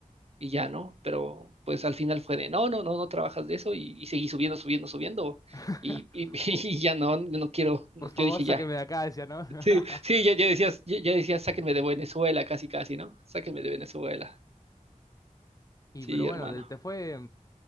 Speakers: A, on the right; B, on the left.
A: y ya, ¿no? Pero pues al final fue de, no, no, no, no trabajas de eso y, y seguí subiendo, subiendo, subiendo
B: <laughs>
A: y, y- <laughs> y ya no, yo no quiero, yo
B: Por favor,
A: dije
B: sáqueme
A: ya.
B: de acá, decía, ¿no? <laughs>
A: Sí, sí, ya, ya decías, ya, ya decías, sáquenme de Venezuela, casi, casi, ¿no? Sáquenme de Venezuela.
B: Y
A: Sí,
B: pero bueno,
A: hermano.
B: te, te fue,